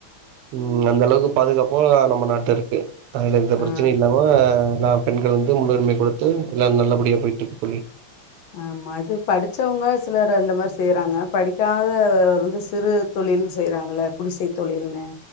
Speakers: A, on the right; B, on the left.
A: ம் அந்த அளவுக்கு பாதுகாப்பும் நம்ம நாட்டுல இருக்கு அதுனால எந்த பிரச்சனையும்
B: ஆ
A: இல்லாம நாம் பெண்கள் வந்து முன்னுரிமை க குடுத்து எல்லா நல்லபடியா போயிட்டு இருக்கு தோழி
B: ஆமா அது படிச்சவங்க சிலர் அந்த மாறி செய்யறாங்க படிக்காத வந்து சிறு தொழில் செய்யறாங்கில்ல குடிசை தொழில்னு